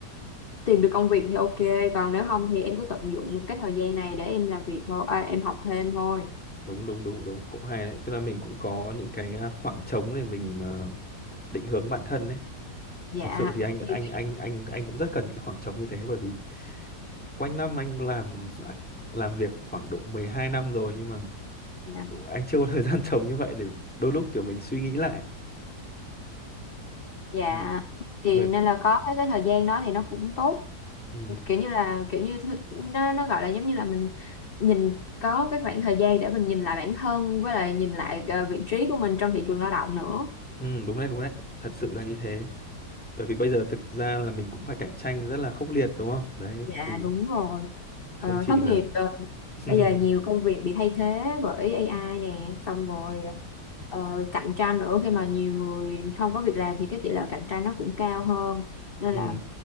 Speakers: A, on the left; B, in the centre.
A: tìm được công việc thì ok còn nếu không thì em cứ tận dụng cái thời gian này để em làm việc thôi à, em học thêm thôi
B: đúng đúng đúng đúng cũng hay đấy tức là mình cũng có những cái ờ, khoảng trống để mình ờ, định hướng bản thân đấy
A: dạ
B: thực sự thì anh
A: thì
B: anh anh anh anh cũng rất cần những cái khoảng trống như thế bởi vì quanh năm anh làm à, làm việc khoảng độ 12 năm rồi nhưng mà
A: dạ
B: anh chưa có thời <laughs> gian trống như vậy để đôi lúc kiểu mình suy nghĩ lại
A: Dạ.
B: B-
A: thì
B: bởi
A: nên là có cái cái thời gian đó thì nó cũng tốt
B: ừ,
A: kiểu như là kiểu như thứ- nó nó gọi là giống như là mình nhìn có cái khoảng thời gian để mình nhìn lại bản thân với lại nhìn lại ờ, vị trí của mình trong thị trường lao động nữa
B: ừ, đúng đấy đúng đấy thật sự là như thế bởi vì bây giờ thực ra là mình cũng phải cạnh tranh rất là khốc liệt đúng không đấy
A: Dạ
B: thì
A: đúng rồi.
B: không
A: Ờ,
B: chỉ
A: thất
B: là
A: nghiệp ờ,
B: <laughs>
A: bây giờ nhiều công việc bị thay thế bởi AI nè, xong rồi ờ, cạnh tranh nữa khi mà nhiều người không có việc làm thì cái tỷ lệ cạnh tranh nó cũng cao hơn. Nên
B: ừ,
A: là